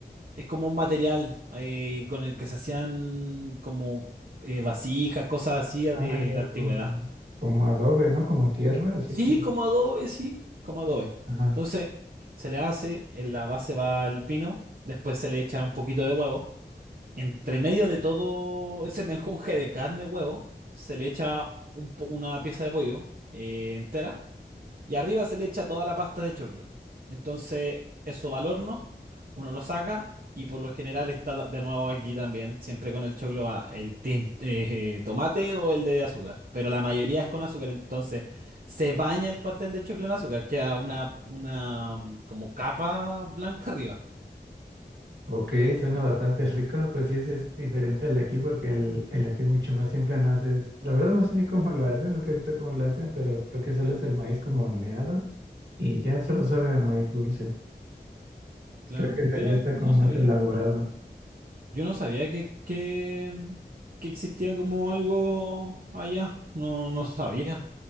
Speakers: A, on the right; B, on the right.
A: es como un material eh, con el que se hacían como eh, vasijas, cosas así, eh,
B: Ah, ya
A: en la
B: como,
A: antigüedad.
B: como adobe, ¿no? Como tierra, así
A: Sí,
B: que.
A: como adobe, sí, como adobe.
B: Ajá.
A: Entonces, se le hace, en la base va el pino, después se le echa un poquito de huevo. Entre medio de todo ese menjunje de carne, huevo, se le echa un po- una pieza de pollo eh, entera y arriba se le echa toda la pasta de choclo. Entonces, eso va al horno, uno lo saca y por lo general está da- de nuevo aquí también. Siempre con el choclo va el tim- eh, tomate o el de azúcar, pero la mayoría es con azúcar. Entonces, se baña el pastel de choclo en azúcar, queda una, una mm, como capa blanca arriba.
B: Ok, suena bastante rico, pues sí, ese es diferente al de aquí porque el, el de aquí es mucho más simple, no haces, la verdad no sé ni cómo lo hacen, nunca he visto cómo lo hacen, pero creo que solo es el maíz como horneado y ya solo sabe a maíz dulce.
A: Claro,
B: Creo que el
A: mira,
B: de allá está
A: no
B: como más
A: sabía.
B: elaborado.
A: Yo no sabía que, que, que existía como algo allá. No, no sabía.